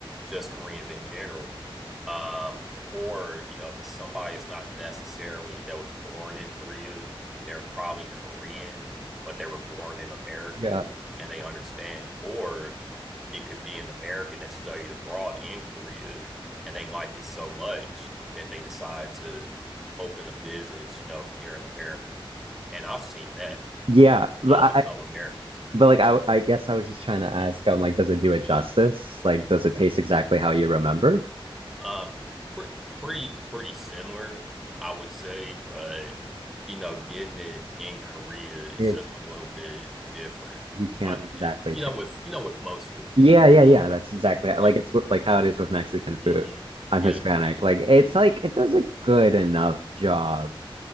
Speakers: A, in the centre; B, on the right.
A: just Koreans in general. Um, or, you know, if it's somebody it's not necessarily that was born in Korea, they're probably Korean, but they were born in America
B: yeah.
A: and they understand. Or it could be an American that studied abroad in Korea and they like it so much that they decide to open a business, you know, here in America. And I've seen that
B: Yeah, but
A: uh, with
B: I,
A: some Americans.
B: But like I I guess I was just trying to ask, um, like, does it do it justice? Like, does it taste exactly how you remember?
A: Uh, pre pretty pretty similar, I would say, but you know, getting it in Korea is
B: It's
A: just a little bit different,
B: you can't
A: I
B: exactly
A: think. You
B: try.
A: know, with you know, with most food.
B: Yeah, yeah, yeah. That's exactly like
A: Yeah.
B: it's what- like how it is with Mexican
A: hmm
B: food. I'm
A: Yeah.
B: Hispanic. Like it's like it does a good enough job,